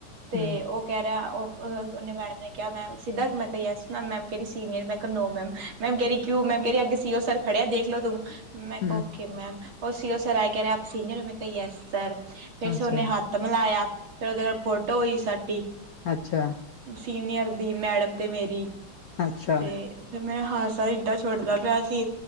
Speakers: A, on the right; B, on the left.
A: ਤੇ
B: ਹਮ
A: ਉਹ ਕਹਿ ਰਿਹਾ ਓ ਅ ਉਹਨੇ ਮੈਡਮ ਨੇ ਕਿਹਾ ਮੈ ਸਿਦਕ ਮੈਂ ਕਿਹਾ ਯਸ ਮੈਮ ਮੈਮ ਕਿਹੜੀ ਸੀਨੀਅਰ ਮੈਂ ਕਿਹਾ ਨੋ ਮੈਮ ਮੈਮ ਕਹ ਰੀ ਕਿ ਓ ਮੈਮ ਕਹਿ ਰੀ ਅੱਗੇ ਸੀ-ਉਹ ਸਰ ਖੜੇ ਐ ਦੇਖ ਲਓ ਤੁਮ, ਮੈਂ
B: ਹਮ
A: ਓਕੇ ਮੈਮ। ਉਹ ਸੀ-ਓ ਸਰ ਆਏ ਕਹਿ ਰਹੇ ਆਪ ਸੀਨੀਅਰ ਹੋ, ਮੈਂ ਕਿਹਾ ਯੱਸ ਸਰ, ਫੇਰ
B: ਅੱਛਾ
A: ਸਰ ਨੇ ਹੱਥ ਥ ਮਿਲਾਇਆ, ਫੇਰ ਉਹਦੇ ਨਾਲ ਫੋਟੋ ਹੋਈ ਸਾਡੀ।
B: ਅੱਛਾ।
A: ਸੀਨੀਅਰ ਦੀ ਮੈਡਮ ਤੇ ਮੇਰੀ,
B: ਅੱਛਾ
A: ਤੇ ਫੇਰ ਮੈਂ ਹਾਸਾ ਏਡਾਂ ਛ ਛੋਟਦਾ ਪਿਆ ਸੀ,